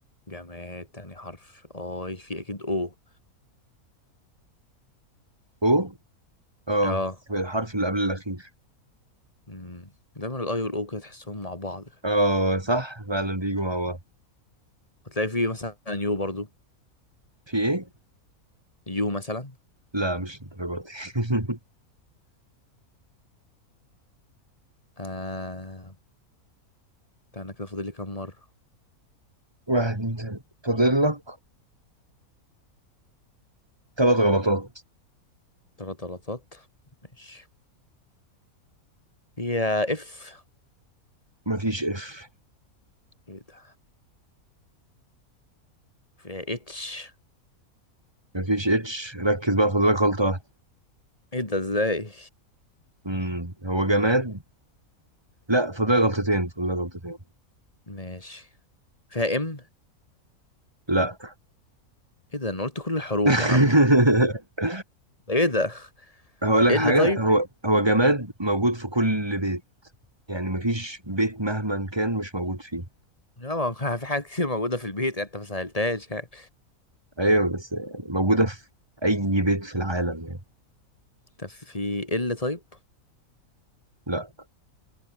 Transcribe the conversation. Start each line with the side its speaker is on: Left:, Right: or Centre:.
Left: جماد تاني حرف اي في اكيد او
Right: او اه
Left: اه
Right: في الحرف اللي قبل الأخير
Left: امم دايما الاي والاو كده تحسهم مع بعض كده
Right: اه صح فعلا بيجوا مع بعض
Left: هتلاقي فيه مثلا يو برضو
Right: في ايه؟
Left: يو مثلا
Right: لا مش للدرجة دي <laughs>
Left: آه ده انا كده فاضل لي كام مرة
Right: واحد اتنين تلاتة فاضل لك ثلاث غلطات
Left: تلات غلطات ماشي فيها اف
Right: مفيش اف
Left: ايه ده فيها اتش
Right: مفيش اتش ركز بقى فاضلك غلطة واحدة
Left: ايه ده ازاي
Right: مم. هو جماد لا فاضلك غلطتين فاضلك غلطتين
Left: ماشي فيها ام
Right: لا
Left: ايه ده انا قلت كل الحروف
Right: <laughs>
Left: يا عم ده ايه ده
Right: هقول لك
Left: ايه اللي
Right: حاجة
Left: طيب
Right: هو هو جماد موجود في كل بيت يعني مفيش بيت مهما كان مش موجود فيه
Left: يا ما ما في حاجات كتير موجودة في البيت يعني انت ما سهلتهاش يعني
Right: ايوه بس يعني موجودة في اي بيت في العالم يعني
Left: طب في ال طيب
Right: لا